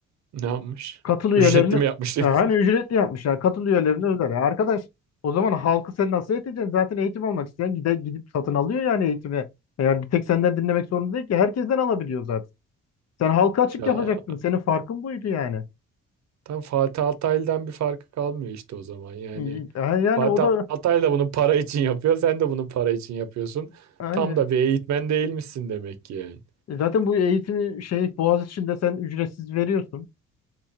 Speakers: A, on the right; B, on the left.
A: Ne yapmış?
B: Katıl üyelerini
A: Ücretli
B: e,
A: mi yapmıştı?
B: hani
A: <laughs>
B: ücretli yapmış yani katıl üyelerini özel. Ya arkadaş o zaman halkı sen nasıl eğiteceksin? Zaten eğitim almak isteyen gide, gidip satın alıyor yani eğitimi. Yani bir tek senden dinlemek zorunda değil ki herkesten alabiliyor zaten. Sen halka açık
A: Ya
B: yapacaktın. Senin farkın buydu yani.
A: tam Fatih Altaylı'dan bir farkı kalmıyor işte o zaman. Yani
B: İyi, ha, Yani
A: Fatih
B: o da
A: Altay da bunu para için yapıyor. Sen de bunu para için yapıyorsun.
B: aynen.
A: Tam da bir eğitmen değilmişsin demek ki yani.
B: E, Zaten bu eğitimi şey Boğaziçi'nde sen ücretsiz veriyorsun.